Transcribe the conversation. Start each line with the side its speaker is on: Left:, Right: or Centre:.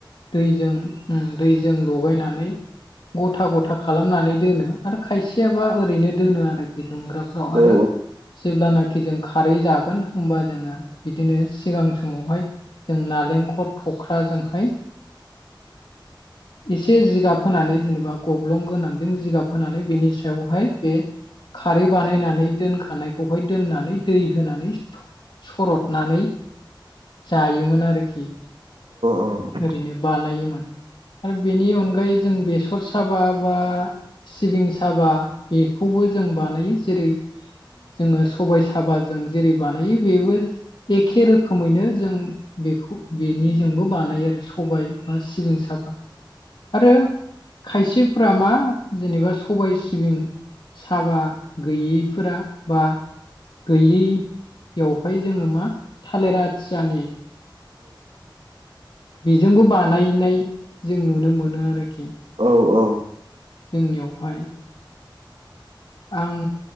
Left: दैजों दैजों लगायनानै गथा गथा खालामनानै दोनो आरो खायसेयाबा ओरैनो दोनो आरोखि दुंग्राफ्राव आरो
Right: औ औ
Left: जेब्लानाखि जों खारै जागोन होमबा जोङो बिदिनो सिगां समावहाय जों नालेंखर थख्राजोंहाय एसे जिगाब फोनानै जेनेबा बा गब्लं गोनांजों जिगाब होनानै बेनि सायावहाय बे खारै बानायनानै दोनखानायखौहाय दोननानै दै होनानै सरदनानै जायोमोन आरोखि
Right: औ
Left: ओरैनो बानायोमोन आरो बेनि अनगायै जों बेसर साबा बा सिबिं साबा बेखौबो जों बानायो जेरै जोङो सबाय साबाजों जेरै बानायो बेबो एखे रोखोम रोखोमैनो जों बेखौ बेनिजोंबो बानायो आरो सबाय बा सिबिं साबा आरो खायसेफोरा मा जेनेबा सबाय सिबिं साबा गैयैफोरा बा गैयैयावहाय जोङो मा आलिराथियानि बेजोंबो बानायनाय जों नुनो मोनो आरोखि
Right: औ औ
Left: जोंनियावहाय आं